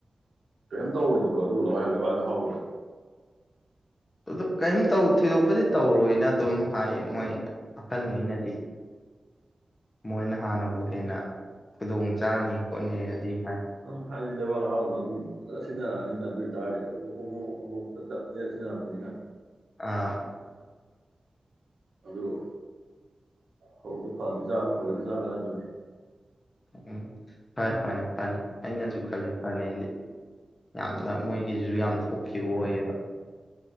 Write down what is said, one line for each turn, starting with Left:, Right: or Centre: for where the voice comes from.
Right: ꯀꯔꯤꯝ ꯇꯧꯔꯣꯏꯗꯧꯕ ꯑꯗꯨ ꯂꯋꯥ ꯂꯣꯏꯕꯥꯏ ꯂꯩ ꯍꯥꯎꯕꯗꯣ
Left: ꯑꯗꯨꯗ ꯀꯔꯤꯝꯧ ꯊꯣꯏꯗꯣꯛꯄꯗꯤ ꯇꯧꯔꯣꯏꯅ ꯑꯗꯨꯝ ꯍꯥꯏꯌꯦ ꯃꯣꯏ ꯑꯈꯜꯂꯤꯉꯩꯅꯗꯤ ꯃꯣꯏꯅ ꯍꯥꯟꯅꯕꯨ ꯍꯦꯟꯅ ꯈꯨꯗꯣꯡ ꯆꯥꯅꯤ ꯈꯣꯠꯅꯤꯔꯗꯤ ꯍꯥꯏ
Right: ꯑꯗꯨꯝ ꯍꯥꯏꯗꯤ ꯗꯦꯕꯥꯜ ꯂꯩꯍꯥꯎꯗꯣ ꯑꯗꯨꯝ ꯐꯖꯅ ꯁꯤꯟꯅꯔꯛꯑꯅꯤꯅ ꯑꯗꯨ ꯑꯣꯏꯇꯥꯔꯗꯤ ꯑꯃꯨꯣꯛ ꯑꯃꯃꯣꯛꯗ ꯇꯞꯅꯤꯔ ꯁꯤꯟꯅꯔꯛꯄꯅꯤꯅ
Left: ꯑꯥ
Right: ꯑꯗꯨꯗꯣ ꯍ ꯑꯗꯨ ꯐ ꯑꯗꯨ ꯆꯥꯠꯂ ꯐꯔꯦ ꯑꯗꯨ ꯆꯥꯠꯂ ꯑꯗꯨꯅꯤ
Left: ꯎꯝ ꯍ ꯐꯅꯤ ꯍꯅꯤ ꯑꯩꯅꯁꯨ ꯈꯜꯂꯦ ꯐꯅꯤꯗꯤ ꯌꯥꯝ ꯅ ꯃꯣꯏꯒꯤꯁꯤꯁꯨ ꯌꯥꯝ
Right: ꯅꯣꯏ
Left: ꯊꯣꯛꯈꯤꯕ ꯑꯣꯏꯌꯦꯕ